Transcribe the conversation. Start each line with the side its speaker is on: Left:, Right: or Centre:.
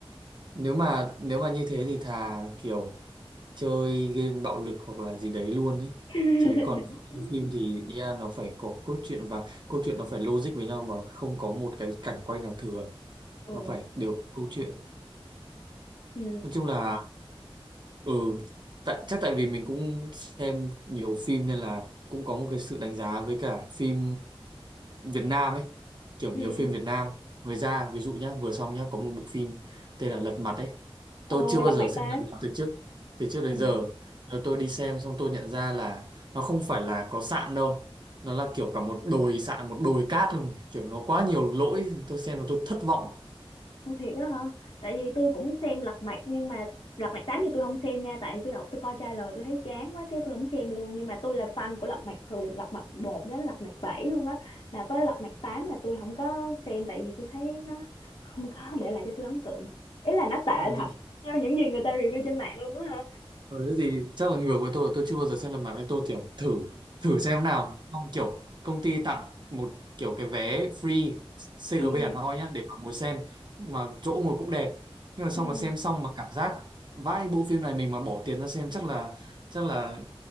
Right: nếu mà nếu mà như thế thì thà kiểu chơi game bạo lực hoặc là gì đấy luôn ấy
Left: <laughs>
Right: chứ còn <laughs> phim thì yeah, nó phải có cốt truyện và cốt truyện nó phải logic với nhau mà không có một cái cảnh quay nào thừa
Left: Ừ.
Right: nó phải đều có câu chuyện
Left: ừ
Right: nói chung là ừ tại chắc tại vì mình cũng xem nhiều phim nên là cũng có một cái sự đánh giá với cả phim Việt Nam ấy kiểu
Left: ừ
Right: nhiều phim Việt Nam mới ra ví dụ nhá vừa xong nhá có một bộ phim tên là Lật Mặt ấy
Left: ồ
Right: tôi chưa bao
Left: lật
Right: giờ
Left: mặt
Right: xem
Left: tám
Right: Lật Mặt từ trước từ trước đến
Left: Ừ.
Right: giờ rồi tôi đi xem xong tôi nhận ra là nó không phải là có sạn đâu nó là kiểu cả một đồi sạn một đồi cát luôn kiểu nó quá nhiều lỗi tôi xem mà tôi thất vọng
Left: Ồ thiệt đó hả? Tại vì tôi cũng xem Lật Mặt nhưng mà Lật Mặt 8 thì tôi không xem nha tại tôi đọc tôi coi trailer tôi thấy chán quá cái tôi không xem luôn nhưng mà tôi là fan của Lật Mặt từ Lật Mặt 1 đến Lật Mặt 7 luôn á. là tới Lật Mặt 8 là tôi không có xem tại vì tôi thấy nó <laughs> không có để lại cho tôi ấn tượng. Ý là nó tệ
Right: thế
Left: thật.
Right: thì
Left: Theo những gì người ta review trên mạng luôn á hả?
Right: Ừ, thế thì chắc là người của tôi tôi chưa bao giờ xem lần bản nên tôi kiểu thử thử xem nào xong kiểu công ty tặng một kiểu cái vé free CGV
Left: Ừ
Right: Hà Nội nhá để mà ngồi xem mà chỗ ngồi cũng đẹp nhưng mà xong
Left: ừ
Right: mà xem xong mà cảm giác vãi bộ phim này mình mà bỏ tiền ra xem chắc là chắc là